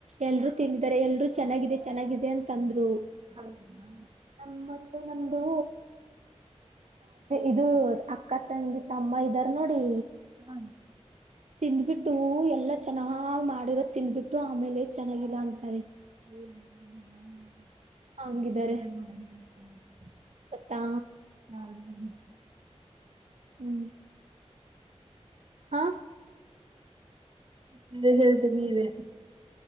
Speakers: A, on the right (about 80°); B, on the right (about 50°).
A: ಎಲ್ಲರು ತಿಂದಿದ್ದಾರೆ ಎಲ್ಲರು ಚೆನ್ನಾಗಿದೆ. ಚೆನ್ನಾಗಿದೆ ಅಂತಂದ್ರು.
B: ಹೌದ ಹ
A: ನಮ್ ಮತ್ತೆ ನಮ್ದು ಇದು ಅಕ್ಕ ತಂಗಿ ತಮ್ಮ ಇದ. ನೋಡಿ.
B: ಹ.
A: ತಿಂದ್ಬಿಟ್ಟು ಎಲ್ಲ ಚೆನ್ನಾಗ್ ಮಾಡಿರೋ ತಿಂದ್ಬಿಟ್ಟು ಆಮೇಲೆ ಚೆನ್ನಾಗಿಲ್ಲ ಅಂತ.
B: ಹ್ಮ <inaudible> ಮಾಡ
A: ಹಂಗಿದ್ದಾರೆ
B: ಹ
A: ಗೊತ್ತಾ
B: <inaudible>
A: ಹ್ಮ್ ಹಾ.
B: <unintelligible> ಹೇಳ್ನೀವೆ.